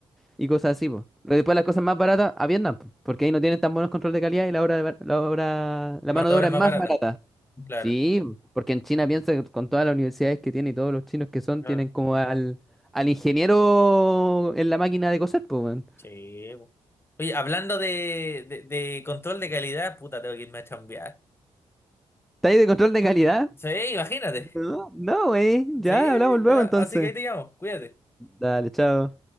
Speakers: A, in the centre; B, on the left (about 20°).
A: y cosas así, pues. Pero Después las cosas más baratas a Vietnam, po, porque ahí no tienen tan buenos control de calidad y la obra, de bar- la obra, la
B: La
A: mano
B: mano de
A: de
B: obra
A: obra
B: es
A: es
B: más
A: más
B: barata.
A: barata.
B: Claro,
A: Sí, porque en China piensa que con todas las universidades que tiene y todos los chinos que son,
B: claro.
A: tienen como al, al ingeniero en la máquina de coser, pues, weón.
B: sí, Oye, hablando de, de, de control de calidad, puta, tengo que irme a chambear.
A: ¿Está ahí de control de calidad?
B: Sí, imagínate.
A: No, no, güey. Ya
B: Sí, sí,
A: hablamos luego
B: ya.
A: entonces.
B: Así que ahí te llamo, cuídate.
A: Dale, chao.